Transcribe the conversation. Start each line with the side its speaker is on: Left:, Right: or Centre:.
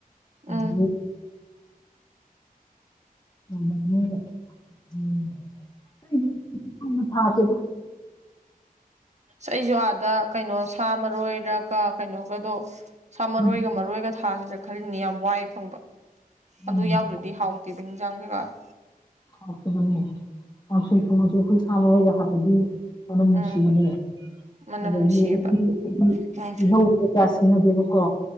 Right: ꯑꯥ
Left: ꯑꯗꯒꯤ <unintelligible> ꯊꯥꯗꯦꯗ
Right: ꯑꯩꯖꯨ ꯑꯥꯗ ꯀꯩꯅꯣ ꯁꯥ ꯃꯔꯣꯏꯔꯒ ꯀꯩꯅꯣꯒꯗꯣ ꯁꯥ ꯃꯔꯣꯏꯒ
Left: ꯎꯝ
Right: ꯃꯔꯣꯏꯒ ꯊꯥꯖꯤꯔ ꯈꯜꯂꯤꯅꯦ ꯌꯥꯝ ꯋꯥꯏ ꯐꯪꯕ
Left: ꯎꯝ
Right: ꯑꯗꯨ ꯌꯥꯎꯗ꯭ꯔꯗꯤ ꯍꯥꯎꯇꯦꯕ ꯍꯤꯟꯖꯥꯡ ꯀꯩꯀꯥꯗꯣ
Left: ꯍꯥꯎꯇꯕꯅꯦ ꯀꯥꯡꯁꯣꯏ ꯊꯣꯡꯉꯖꯨ ꯑꯈꯣꯏ ꯁꯥꯃꯔꯣꯏꯒ ꯍꯥꯄꯗꯤ ꯃꯅꯝ ꯅꯨꯡꯁꯤꯕꯅꯦ
Right: ꯎꯝ ꯃꯅꯝ
Left: ꯑꯗꯒꯤ
Right: ꯅꯨꯡꯁꯤꯌꯦꯕ
Left: ꯑꯩꯗꯤ ꯑꯩꯗꯤ
Right: ꯎꯝ
Left: ꯇꯤꯜꯍꯧꯖꯦ ꯀꯌꯥ ꯁꯤꯟꯅꯗꯦꯕꯀꯣ